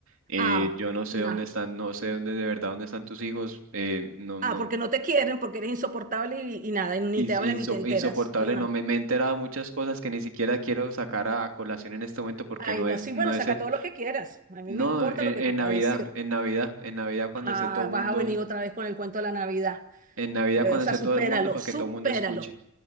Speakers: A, on the right (about 75°); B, on the right (about 40°).
A: Eh,
B: Ah,
A: yo no sé
B: no.
A: dónde están, no sé dónde de verdad dónde están tus hijos. eh, no, no,
B: Ah, porque no te quieren, porque eres insoportable y, y nada, y ni
A: ins-
B: te hablan
A: inso-
B: ni te enteras.
A: insoportable.
B: No.
A: No me, me he enterado de muchas cosas que ni siquiera quiero sacar a, a colación en este momento porque
B: Ay,
A: no
B: no,
A: es,
B: sí,
A: no
B: bueno,
A: es
B: saca
A: el,
B: todo lo que quieras. A mí
A: no,
B: me importa
A: en, en
B: lo que tú puedas
A: Navidad,
B: decir.
A: en Navidad, en Navidad cuando
B: Ah,
A: esté todo el mundo,
B: vas a venir otra vez con el cuento de la Navidad.
A: en Navidad
B: Eh,
A: cuando
B: o sea,
A: esté
B: supéralo,
A: todo el mundo para
B: supéralo,
A: que todo el mundo escuche,